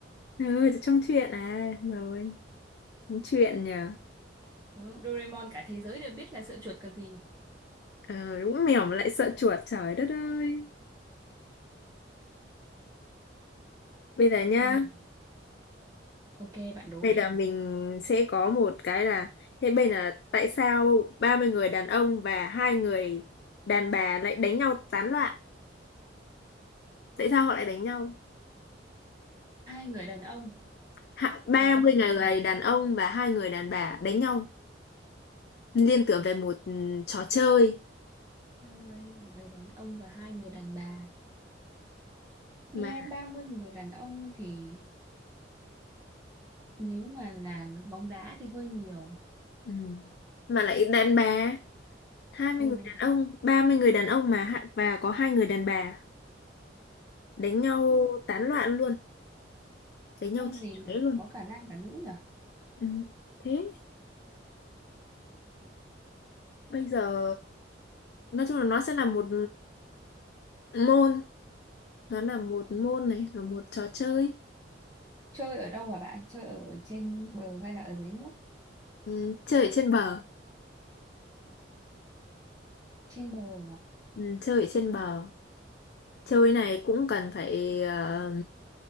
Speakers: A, on the left (about 55°); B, on the right (about 20°).
A: ừ trong truyện à rồi trong truyện nhờ
B: Đúng, Doraemon cả thế giới đều biết là sợ chuột còn gì.
A: ờ đúng mèo mà lại sợ chuột trời đất ơi bây giờ nhá
B: Xem nào. Ok, bạn đố
A: Đây
B: đi.
A: là mình sẽ có một cái là thế bên là tại sao 30 người đàn ông và hai người đàn bà lại đánh nhau tán loạn? Tại sao họ lại đánh nhau?
B: Hai người đàn ông
A: Hạ- ba
B: và ba
A: mươi người đàn ông và hai người đàn bà đánh nhau liên tưởng về một ừ, trò chơi
B: hai người đàn ông và hai người đàn bà nghe
A: mà
B: 30 người đàn ông thì nếu mà là bóng đá thì hơi nhiều
A: ừ, mà lại đàn bà hai mươi
B: ừ
A: người đàn ông, 30 người đàn ông mà hạ- và có hai người đàn bà đánh nhau
B: nhưng
A: tán loạn luôn, đánh nhau
B: môn
A: chửi
B: gì
A: chóe
B: mà
A: luôn.
B: có cả nam cả nữ nhở
A: Ừ, thế bây giờ nói chung là nó sẽ là một môn nó là một môn này là một trò chơi
B: chơi ở đâu hả bạn chơi ở trên bờ hay là ở dưới nước
A: ừ, chơi ở trên bờ
B: trên bờ à?
A: ừ, chơi ở trên bờ chơi này cũng cần phải ờ,